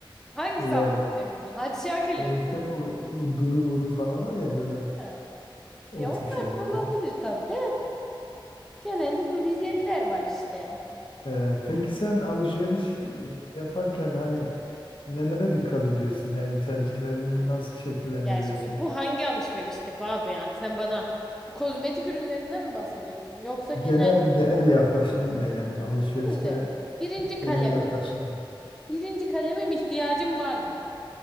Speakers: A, in the centre; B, on the left (about 70°).
A: Hangi
B: Yani
A: sabunla temizliyorsun? Hacı Şakir'le
B: ya
A: mi?
B: işte bu, bu duru muru falan var ya böyle
A: Ha.
B: o
A: Ya
B: tip
A: onlar
B: şeyler.
A: da olabilir
B: yani.
A: tabii de. Genelde böyle jeller var işte.
B: E, e, peki sen alışveriş e, yaparken hani nelere dikkat ediyorsun? Yani tercihlerini
A: Hı.
B: nasıl şekillendiriyorsun?
A: Ya şimdi bu hangi alışveriş tipi abi yani? Sen bana bu kozmetik ürünlerinden mi bahsediyorsun? Yoksa genel...
B: Genel genel yaklaşımın ne yani alışverişte
A: Şimdi birinci kalemim.
B: genel yaklaşımın?
A: Birinci kalemim ihtiyacım var mı?